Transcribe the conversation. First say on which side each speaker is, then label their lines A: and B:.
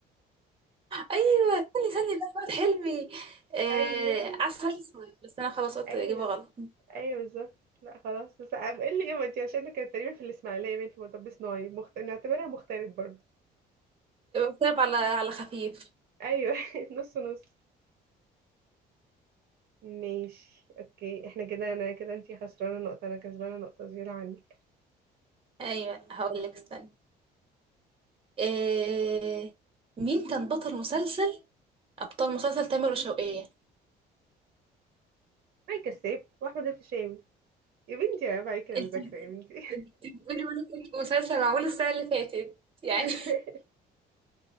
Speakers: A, on the right; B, on the right.
A: أيوة استني استني ده أحمد حلمي آه
B: ايوه
A: عسل أسود بس أنا خلاص قلت
B: ايوه
A: الإجابة غلط
B: ايوه بالظبط لا خلاص بس أم- ايه اللي جابتي عشان كانت تقريبا في الاسماعيليه باين في مطب صناعي مخت... نعتبرها مغترب برضه
A: كتاب على على خفيف
B: ايوه <laughs> نص نص ماشي اوكي احنا كده انا كده انتي خسرانه نقطه انا كسبانه نقطه زياده عنك
A: ايوه هقول لك استنى إيه... مين كان بطل مسلسل ابطال مسلسل تامر وشوقية
B: معي كساب واحمد الفيشاوي يا بنتي عيب عليكي، انا معايا كده
A: انت
B: مذاكره يا بنتي
A: انت بتقولي وانا كنت في مسلسل معمول السنة اللي فاتت يعني
B: <laughs>